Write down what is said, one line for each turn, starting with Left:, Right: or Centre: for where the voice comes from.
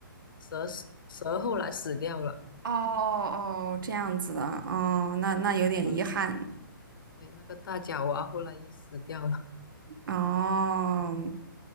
Left: 蛇死蛇后来死掉了，
Right: 哦哦，这样子的，哦，那那有点遗憾。
Left: 那种，对，那个大脚蛙后来也死掉了，
Right: 哦，